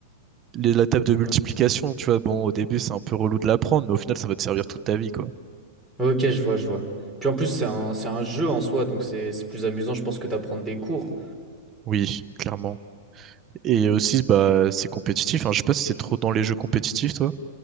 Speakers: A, on the right; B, in the centre.
A: les- la table de multiplication,
B: euh,
A: tu vois. Bon, au début, c'est un peu relou de l'apprendre, mais au final, ça va te servir toute ta vie, quoi.
B: ok, je vois, je vois. Puis en plus, c'est un, c'est un jeu en soi, donc c'est c'est plus amusant, je pense, que d'apprendre des cours.
A: Oui, clairement. Et aussi, bah, c'est compétitif. Hein. Je sais pas si c'est trop dans les jeux compétitifs, toi.